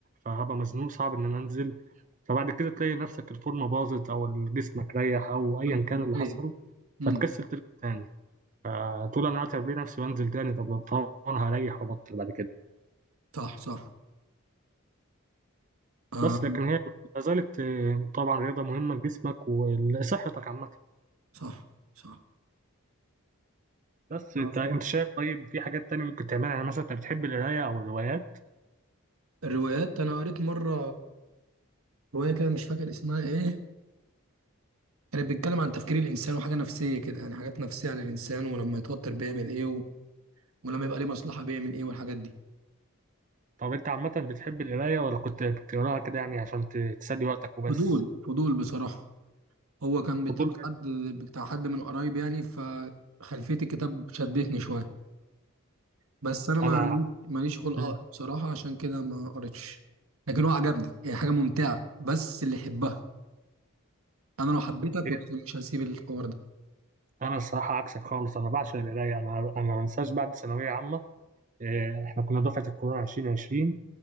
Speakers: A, on the right (about 35°); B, on the right (about 85°).
A: فهبقى مزنوق صعب ان انا انزل فبعد كده تلاقي نفسك الفورمه باظت او جسمك ريح او ايا
B: مم.
A: كان اللي
B: إيه.
A: حصل
B: مم.
A: فتكسل ترجع تاني فتقول انا هتعب ليه نفسي وانزل تاني طب طبعا هريح وابطل بعد كده
B: صح صح آه.
A: بس لكن هي لا زالت آه، طبعا رياضه مهمه لجسمك ولصحتك عامه
B: صح صح
A: بس
B: آه.
A: انت انت شايف طيب في حاجات تانية ممكن تعملها يعني مثلا انت بتحب القراية او الروايات
B: الروايات انا قريت مره روايه كده مش فاكر اسمها ايه كانت بتتكلم عن تفكير الانسان وحاجه نفسيه كده يعني حاجات نفسيه عن الانسان ولما يتوتر بيعمل ايه و... ولما يبقى ليه مصلحه بيعمل ايه والحاجات دي
A: طب انت عامة بتحب القراية ولا كنت بتقراها كده يعني عشان ت- تسلي وقتك وبس
B: فضول فضول بصراحه هو كان بتاع
A: فضول بس.
B: حد بتاع حد من قرايب يعني فخلفيه الكتاب شدتني شويه بس انا ما
A: انا
B: ماليش خلق
A: مم.
B: اقرا بصراحه عشان كده ما قريتش لكن هو عجبني هي حاجه ممتعه بس اللي يحبها انا لو حبيتك كنت
A: ايه،
B: مش هسيب الحوار
A: انا الصراحة عكسك خالص انا بعشق القراية انا انا ما انساش بعد ثانوية عامة اه، احنا كنا دفعة الكورونا 2020